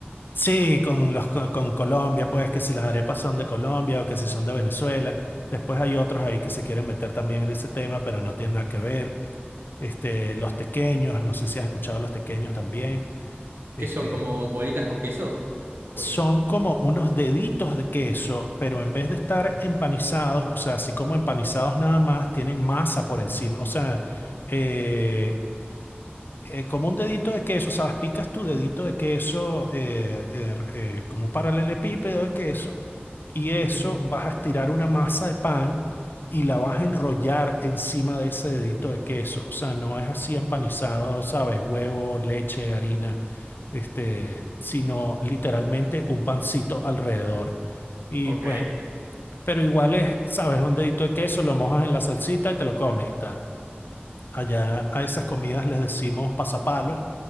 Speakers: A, on the left (about 55°); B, on the right (about 65°).
A: sí, con los co- con, Colombia, pues que si las arepas son de Colombia o que si son de Venezuela. Después hay otros ahí que se quieren meter también en ese tema, pero no tienen nada que ver. Este, los tequeños, no sé si has escuchado los tequeños también. Este,
B: ¿Qué son como bolitas con queso? Pues-
A: son como unos deditos de queso, pero en vez de estar empanizados, o sea, así como empanizados nada más, tienen masa por encima. O sea, eh, eh, como un dedito de queso, ¿sabes? Picas tu dedito de queso eh, eh, eh, como un paralelepípedo de queso y eso
B: Ujú.
A: vas a estirar una masa de pan y la vas a enrollar encima de ese dedito de queso. O sea, no es así empanizado, ¿sabes? Huevo, leche, harina, este, sino literalmente un pancito alrededor. Y
B: Ok,
A: pues, pero igual es, ¿sabes? Un dedito de queso, lo mojas en la salsita y te lo comes y tal. Allá a esas comidas les decimos pasapalos,